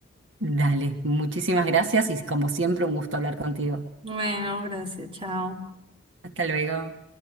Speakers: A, on the right; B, on the right.
A: Dale, muchísimas gracias y como siempre un gusto hablar contigo.
B: Bueno, gracias, chao.
A: Hasta luego.